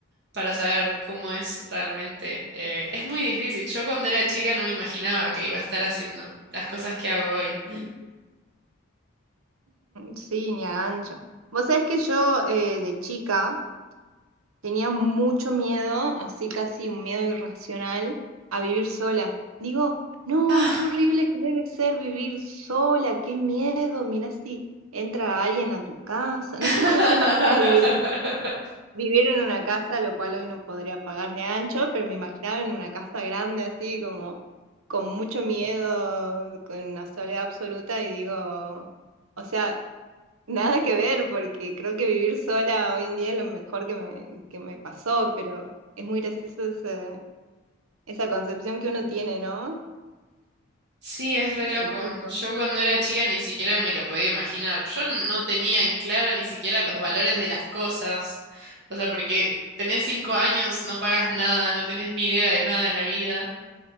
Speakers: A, on the right; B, on the right.
A: para saber cómo es realmente. Eh, es muy difícil. Yo cuando era chica no me imaginaba que iba a estar haciendo las cosas que hago hoy.
B: <laughs> Sí, ni a gancho. Vos sabés que yo eh, de chica Tenía mucho miedo, así casi un miedo irracional, a vivir sola. Digo, no,
A: Ah.
B: qué horrible que debe ser vivir sola, qué miedo, mira si entra alguien a tu casa.
A: <laughs>
B: No sé por qué yo imaginaba vivir en, vivir en una casa, lo cual hoy no podría pagar ni a ancho, pero me imaginaba en una casa grande así, como con mucho miedo, con una soledad absoluta, y digo, o sea, Nada que ver, porque creo que vivir sola hoy en día es lo mejor que me, que me pasó, pero es muy gracioso ese- esa concepción que uno tiene, ¿no?
A: Sí, es re loco.
B: De chico.
A: Yo cuando era chica ni siquiera me lo podía imaginar. Yo no tenía en claro ni siquiera los valores de las cosas. O sea, porque tenés cinco años, no pagas nada, no tenés ni idea de nada de la vida.